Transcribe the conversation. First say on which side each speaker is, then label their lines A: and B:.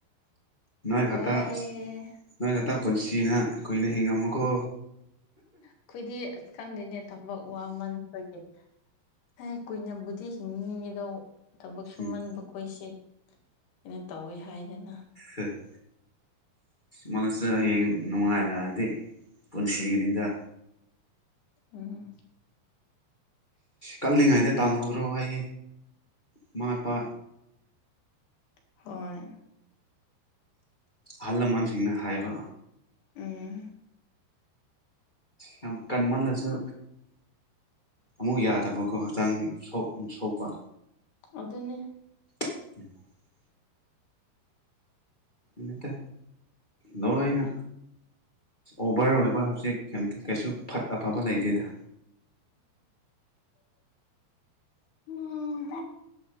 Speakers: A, on the left; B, on the left.
A: ꯅꯣꯏ ꯈꯛꯇ
B: ꯋꯥꯏꯑꯦ
A: ꯅꯣꯏ ꯈꯛꯇ ꯄꯨꯟꯁꯤꯅ ꯀꯨꯏꯅ ꯍꯤꯡꯉꯝꯃꯨꯀꯣ
B: ꯑꯩꯈꯣꯏꯗꯤ ꯑꯁ ꯈꯪꯗꯦꯅꯦ ꯊꯕꯛ ꯋꯥꯃꯟꯕꯒꯤ ꯍꯦ ꯀꯨꯏꯅꯕꯨꯗꯤ ꯍꯤꯡꯅꯤꯡꯉꯤꯗꯣ ꯊꯕꯛ ꯁꯨꯃꯟꯕꯒꯤ
A: ꯎꯝ
B: ꯑꯩꯈꯣꯏꯁꯦ ꯀꯩꯅꯣ ꯇꯧꯋꯤ ꯍꯥꯏꯗꯅ
A: ꯍ <inaudible> ꯃꯥꯅꯁꯨ ꯍꯌꯦꯡ ꯅꯨꯡꯉꯥꯏꯔꯛꯑꯗꯤ ꯄꯨꯟꯁꯤꯒꯅꯤꯗ
B: ꯎꯝ
A: ꯀꯜꯂꯤꯉꯩꯗ ꯇꯥꯟꯜꯍꯧꯔꯣ ꯑꯩ ꯏꯃꯥ ꯏꯄꯥ
B: ꯍꯣꯏ
A: ꯑꯍꯜ ꯂꯃꯟꯁꯤꯡꯅ ꯍꯥꯏꯕ
B: ꯎꯝ
A: ꯌꯥꯝ ꯀꯟꯃꯜꯂꯁꯨ ꯑꯃꯨꯛ ꯌꯥꯗꯕꯀꯣ ꯍꯛꯆꯥꯡ ꯁꯣꯛ ꯁꯣꯛꯄ
B: ꯑꯗꯨꯅꯤ
A: <unintelligible> ꯅꯠꯇꯦ ꯂꯣꯏꯅꯥ ꯑꯣꯚꯔ ꯑꯣꯏꯕ ꯍꯧꯖꯤꯛ ꯀꯩꯁꯨ ꯐꯠ ꯑꯐꯕ ꯂꯩꯇꯦꯗ
B: ꯎꯝꯝ